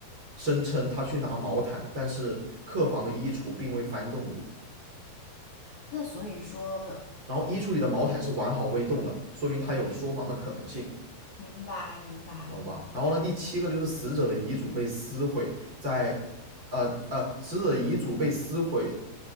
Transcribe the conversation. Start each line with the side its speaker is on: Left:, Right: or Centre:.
Right: 声称他去拿毛毯，但是客房的衣橱并未翻动过，
Left: 那所以说，
Right: 然后衣橱里的毛毯是完好未动的，说明他有说谎的可能性，
Left: 哎，明白明白。
Right: 懂吧？然后呢，第七个就是死者的遗嘱被撕毁，在呃呃，死者的遗嘱被撕毁，